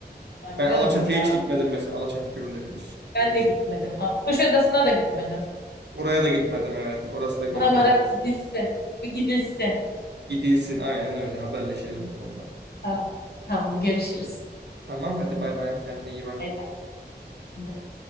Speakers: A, on the left; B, on the right.
A: Valla güzel
B: Ben Alaçatı'ya
A: olur ya.
B: hiç gitmedim mesela. Alaçatı görülebilir.
A: Ben
B: İzmir.
A: de gitmedim. Aa, Kuşadası'na da gitmedim.
B: Oraya da gitmedim evet. Orası da görülebilir.
A: Oralara bir gidilsin. Bir gidilsin.
B: Gidilsin aynen öyle. Haberleşelim bu konuda.
A: Tamam. Tamam görüşürüz.
B: Tamam hadi bay bay. Kendine iyi bak.
A: Bay bay.